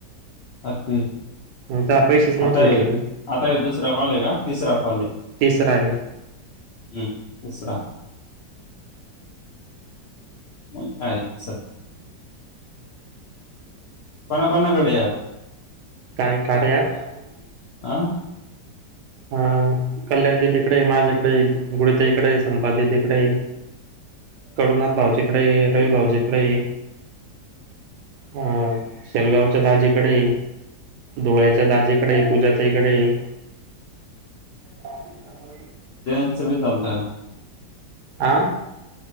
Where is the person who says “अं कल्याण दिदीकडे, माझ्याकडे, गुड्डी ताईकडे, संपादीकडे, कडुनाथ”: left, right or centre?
Right